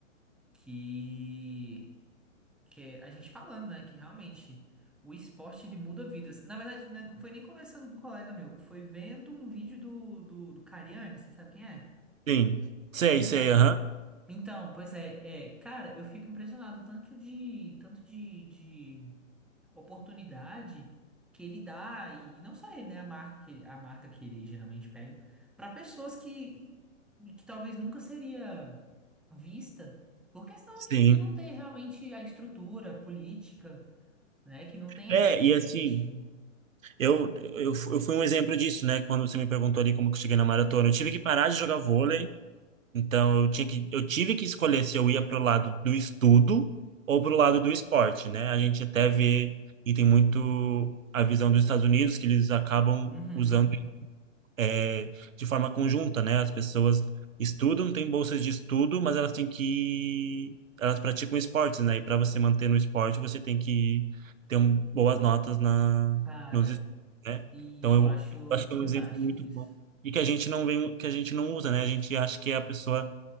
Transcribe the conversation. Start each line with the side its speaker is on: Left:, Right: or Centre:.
Centre: que que é a gente falando, né, que realmente o esporte ele muda vidas. Na verdade, né, não foi nem conversando com um colega meu, foi vendo um vídeo do, do, do Cariani, você sabe quem é?
Right: Sim. Sei,
Centre: Então,
Right: sei, aham.
Centre: então, pois é, é, cara, eu fico impressionado tanto de, tanto de, de oportunidade que ele dá, e, e não só ele, né, a marca que, ele- a marca que ele geralmente pega, para pessoas que, que talvez nunca seria vista, por questão
Right: Sim.
Centre: de, de não ter realmente a estrutura política né? Que não tem
Right: É,
Centre: esse, esse
Right: e assim,
Centre: incentivo.
Right: eu, eu, eu fui um exemplo disso, né? Quando você me perguntou ali como que eu cheguei na maratona. Eu tive que parar
Centre: Sim.
Right: de jogar vôlei Então eu tinha que, eu tive que escolher se eu ia para o lado do estudo ou para o lado do esporte, né? A gente até vê e tem muito a visão dos Estados Unidos que eles acabam
Centre: Uhum.
Right: usando é, de forma conjunta, né? As pessoas estudam, têm bolsas de estudo, mas elas têm que elas praticam esportes, né? E para você manter no esporte, você tem que ter um, boas notas na
Centre: Cara,
Right: nos estudos, né?
Centre: e
Right: Então
Centre: eu
Right: eu
Centre: acho
Right: acho
Centre: fantástico
Right: que é um exemplo muito
Centre: isso.
Right: bom e que a gente não vem, que a gente não usa, né? A gente acha que é a pessoa